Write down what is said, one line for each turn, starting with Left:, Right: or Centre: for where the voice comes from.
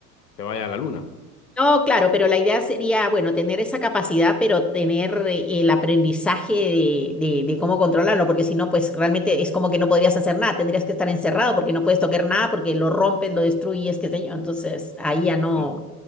Left: te vaya a la luna.
Centre: No, claro, pero la idea sería, bueno, tener esa capacidad, pero tener eh, el aprendizaje de, de- de cómo controlarlo, porque si no, pues realmente es como que no podrías hacer nada, tendrías que estar encerrado porque no puedes tocar nada, porque lo rompes, lo destruyes, qué sé yo. Entonces, ahí ya no,
Left: Mm.